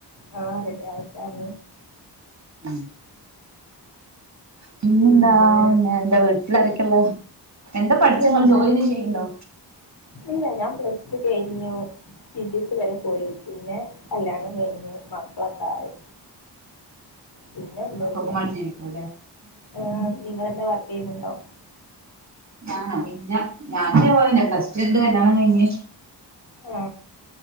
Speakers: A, on the left (about 60°); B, on the right (about 40°).
A: ആ റെഡി ആവട്ടെ ആമീൻ
B: ഉം പിന്നെന്താ
A: പിന്നെ
B: പിന്നെ എന്താ വീട്ടിലാരക്കെ ഇള്ളെ? എന്താ
A: വീട്ടിലുമ്മ
B: പഠിച്ചേന്ന് പറഞ്ഞെ ജോലി എന്തേലും ചെയ്യന്നുണ്ടോ?
A: ഇല്ല ഞാൻ പ്ലസ് ടു കഴിഞ്ഞു ടി. ടി. സി വരെ പോയി പിന്നെ കല്യാണം കഴിഞ്ഞു മക്കളൊക്കെ ആയി പിന്നെ ഒന്നുമല്ല
B: മക്കൾക്കും വേണ്ടി ജീവിക്കും അല്ലേ
A: ഏഹ് നിങ്ങെളെന്താ വർക്ക് ചെയ്യുന്നുണ്ടോ
B: ഞാനോ ഇല്ല ഞാനതേ പോലെന്നെ പ്ലസ് ടു കഴിഞ്ഞട്ട് കല്യാണം കഴിഞ്ഞ്
A: ആ